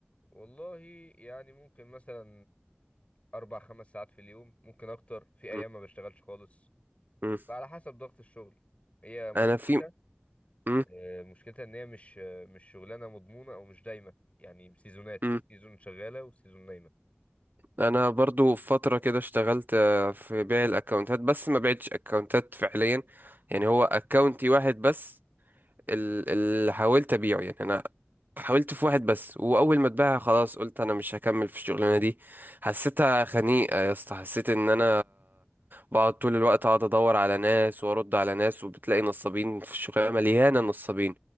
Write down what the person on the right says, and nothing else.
مم.
مم.
أنا في مم.
مم.
أنا برضو في فترة كده اشتغلت آه، في بيع الأكونتات بس ما بعتش أكونتات فعليا يعني هو أكونتي واحد بس ال- اللي حاولت أبيعه يعني أنا حاولت في واحد بس واول ما اتباع خلاص قلت انا مش هكمل في الشغلانه دي حسيتها خنيقه يا اسطى حسيت ان انا بقعد طول الوقت اقعد ادور على ناس وارد على ناس وبتلاقي نصابين في الشغلانه مليانه نصابين